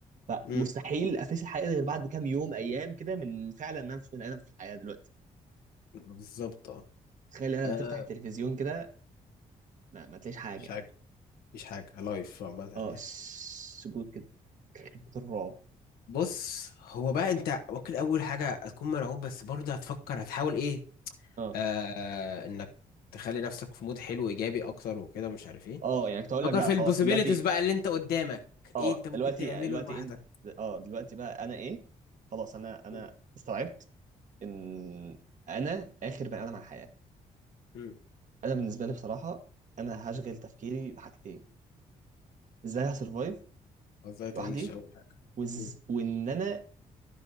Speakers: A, on the right (about 60°); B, on the left (about 90°).
A: فمستحيل
B: مم.
A: افيس الحقيقه دي غير بعد كام يوم ايام كده من فعلا ان انا مش بني ادم في الحياه دلوقتي
B: بالظبط اه
A: تخيل انا
B: آه،
A: تفتح التلفزيون كده ما, ما تلاقيش حاجه
B: مش حاجه مش حاجه لايف عامه يعني
A: اه سجود كده كلمة الرعب
B: بص هو بقى انت ممكن اول حاجه هتكون مرعوب بس برضه هتفكر هتحاول ايه
A: اه
B: آه انك تخلي نفسك في مود حلو ايجابي اكتر وكده مش عارف ايه
A: اه يعني كنت اقول
B: فكر
A: لك بقى
B: في
A: خلاص
B: البوسيبيليتيز
A: دلوقتي
B: بقى اللي انت قدامك
A: اه
B: ايه انت ممكن
A: دلوقتي
B: تعمله
A: آه، دلوقتي
B: لوحدك
A: انت اه دلوقتي بقى انا ايه خلاص انا انا
B: مم.
A: استوعبت ان انا اخر بني ادم على الحياة
B: مم.
A: انا بالنسبة لي بصراحة انا هشغل تفكيري بحاجتين ازاي هسرفايف
B: ازاي تعيش
A: لوحدي
B: اول حاجه
A: وز...
B: مم.
A: وان انا